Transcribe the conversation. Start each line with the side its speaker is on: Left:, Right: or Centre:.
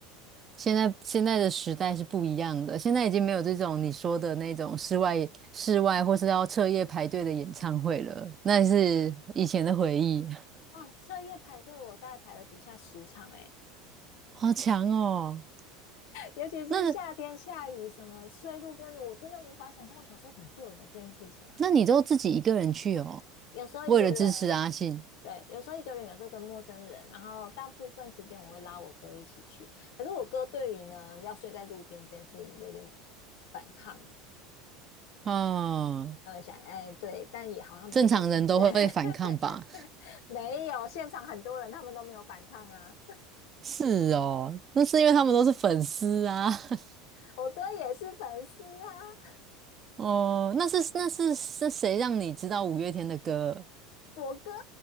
Right: 现在现在的时代是不一样的，现在已经没有这种你说的那种室外室外或是要彻夜排队的演唱会了，那是以前的回忆，
Left: 哦，彻夜排队，我大概排了不下十场哎、
Right: <laughs> 好强哦！
Left: 尤其是夏天下雨，
Right: 那
Left: 什么睡路边我真的无法想象我小时候怎么做的这件事情啊！
Right: 那你都自己一个人去哦，
Left: 有时候一个人，
Right: 为了支持阿信，
Left: 对，有时候一个人，有时候跟陌生人，然后大部分时间我会拉我哥一起去。可是我哥对于呢要睡在路边这件事情有点反抗，
Right: 哦，
Left: 呃，想哎对，但也好像蛮正，
Right: 正常人都会反抗吧？
Left: 对，<laughs> 没有现场很多人他们都没有反抗啊，
Right: 是哦，那是因为他们都是粉丝啊。<laughs>
Left: 我哥也是粉丝啊，
Right: 哦，那是那是是谁让你知道五月天的歌？
Left: 我哥啊，